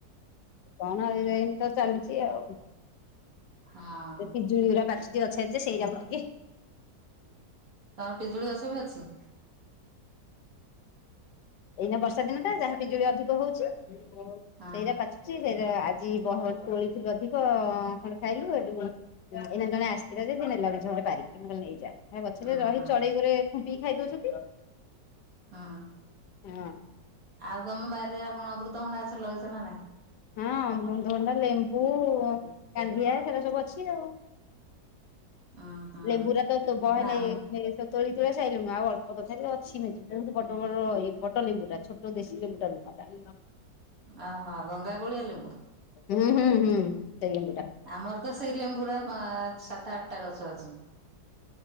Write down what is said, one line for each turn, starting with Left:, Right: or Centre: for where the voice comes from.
Left: କଣ ଏଇରା ଇମତି ତ ଚାଲିଛି ଆଉ
Right: ହଁ
Left: ପିଜୁଳିୁଉରା ପାଚିଚି ଅଛେ ଯେ ସେରା ମୁଁ ଟିକେ
Right: ତମ ପିଜୁଳି ଗଛ ବି ଅଛି?
Left: ଏଇନା ବର୍ଷା ଦିନ ଟା ଯାହା ପିଜୁଳି ଅଧିକ ହଉଛି
Right: ହଁ।
Left: ସେରା ପାଚୁ ଚି ସେରା ଆଜି ବହ ତୋଳିଥିଲୁ ଅଧିକ ଖଣ୍ଡ ଖାଇଲୁ ଏଠୁ ଏଇନା ଜଣେ ଆସିଥିଲା ଯେ ସେ ନେଲା ମେଞ୍ଚାଖଣ୍ଡେ ପାରିକି ମୁଁ କହିଲି ନେଇଯା। ଏ ଗଛରେ
Right: ଅଁ
Left: ରହି
Right: ହଁ।
Left: ଚଢେଇ ଗୋରେ ଖୁମ୍ପିକି ଖାଇ ଦଉଛନ୍ତି।
Right: ହଁ
Left: ହଁ
Right: ଆଉ ତମ ବାରିରେ ଆଉ କଣ ଅମୃତ ଭଣ୍ଡା ଗଛ ଲଗେଇଛ ନାଇଁ?
Left: ହଁ ଅମୃତ ଭଣ୍ଡା ଲେମ୍ବୁ କାନ୍ଧିଆ ସେରା ସବୁ ଅଛି ଆଉ।
Right: ଓହୋ
Left: ଲେମ୍ବୁରା ତ ତୋ ବହେ
Right: ନା
Left: ନେ
Right: ଆମ
Left: <unintelligible> ତୋଳି ତୁଳା ସାଇିଲୁଣୁ ଆଉ ଅଳ୍ପ ତଥାପି ଅଛି ମେଞ୍ଚେ <unintelligible> ବଡ ବଡ ଇ ବଡ ଲେମ୍ବୁ ଟା ଛୋ <unintelligible> ଦେଶୀ ଲେମ୍ବୁଟାରୁ ଖଟା।
Right: ଓହୋ ଗଙ୍ଗା କୋଳିଆ ଲେମ୍ବୁ
Left: ହୁଁ ହୁଁ ହୁଁ ସେ ଲେମ୍ବୁ ଟା
Right: ଆମର ତ ସେଇ ଲେମ୍ବୁରା ସାତ ଆଠଟା ଗଛ ଅଛି।